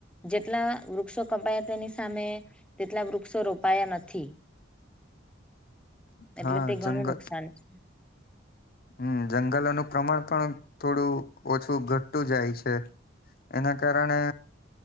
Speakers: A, in the centre; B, on the left.
A: જેટલા વૃક્ષો કપાયા તેની સામે તેટલા વૃક્ષો રોપાયા નથી.
B: <inaudible>
A: એટલે
B: હા
A: તે ઘણું
B: જંગલ
A: નુકસાન છે.
B: હમ જંગલોનું પ્રમાણ પણ થોડું ઓછું ઘટતું જાય છે. એના કારણે.